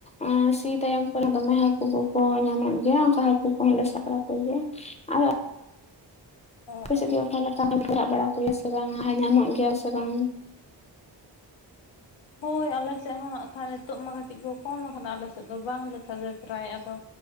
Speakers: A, on the left; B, on the left.
A: ᱮᱸᱻ ᱥᱤ ᱛᱟᱭᱚᱢ ᱠᱚᱨᱮ ᱫᱚᱢᱮ ᱦᱟᱹᱠᱩ ᱠᱚᱠᱚ ᱧᱟᱢᱚᱜ ᱜᱮᱭᱟ ᱚᱱᱠᱟ ᱦᱟᱹᱠᱩ ᱠᱚᱦᱚᱸᱞᱮ ᱥᱟᱵ ᱵᱟᱲᱟ ᱠᱚᱜᱮᱭᱟ ᱾ ᱟ <unintelligible>
B: ᱚ
A: ᱟᱯᱮ ᱥᱮᱫ
B: ᱚ
A: ᱫᱚ ᱚᱠᱟ ᱞᱮᱠᱟ ᱥᱟᱵᱽ ᱵᱟᱲᱟ ᱠᱚᱜᱮᱭᱟ ᱥᱮ ᱵᱟᱝᱼᱟ ᱟᱨ ᱧᱟᱢᱚᱜ ᱜᱮᱭᱟ ᱠᱚ ᱥᱮ ᱵᱟᱝᱟ?
B: ᱦᱳᱭ ᱟᱞᱮ ᱥᱮᱫ ᱦᱚᱸ ᱦᱟᱸᱜ ᱠᱷᱟᱱ ᱱᱤᱛᱚᱜ ᱢᱟ ᱠᱟᱹᱴᱤᱡ ᱠᱚ ᱠᱚᱢ ᱟᱠᱟᱱᱟ ᱟᱞᱮ ᱥᱮᱫ ᱫᱚ ᱵᱟᱝ ᱞᱮᱠᱟᱜᱮ ᱯᱨᱟᱭ ᱟᱫᱚ